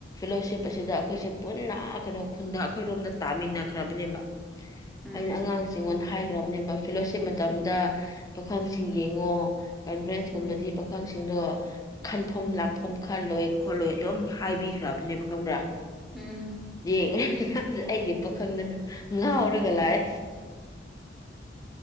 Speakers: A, on the left (about 20°); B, in the centre.
A: ꯐꯤꯂꯣꯁꯤꯞ ꯑꯁꯤꯗ ꯑꯈꯣꯏꯁꯦ ꯄꯨꯟꯅ ꯀꯩꯅꯣ ꯈꯨꯟꯗ ꯑꯈꯣꯏꯔꯣꯝꯗ ꯇꯥꯃꯤꯟꯅꯈ꯭ꯔꯕꯅꯦꯕ
B: ꯎꯝ
A: ꯑꯩꯅ ꯑꯉꯥꯡꯁꯤꯡꯉꯣꯟꯗ ꯍꯥꯏ <unintelligible> ꯐꯤꯂꯣꯁꯤꯞ ꯃꯇꯝꯗ ꯄꯥꯈꯪꯁꯤꯡ ꯌꯦꯡꯉꯣ ꯀꯟꯐ꯭ꯔꯦꯟꯁ
B: ꯎꯝ
A: ꯀꯨꯝꯕꯗꯤ ꯄꯥꯈꯪꯁꯤꯡ ꯁꯤꯡꯗꯣ ꯈꯟꯐꯝ ꯂꯥꯛꯐꯝ ꯈꯜꯂꯣꯏ ꯈꯣꯠꯂꯣꯏ ꯑꯗꯨꯝ ꯍꯥꯏꯕꯤꯈ꯭ꯔꯕꯅꯦꯕ ꯈꯪꯕ꯭ꯔꯥ
B: ꯎꯝ
A: ꯌꯦꯡꯉꯦ ꯑꯩꯒꯤ ꯄꯥꯈꯪꯗꯅ ꯉꯥꯎꯔꯒ ꯂꯥꯛꯑꯦ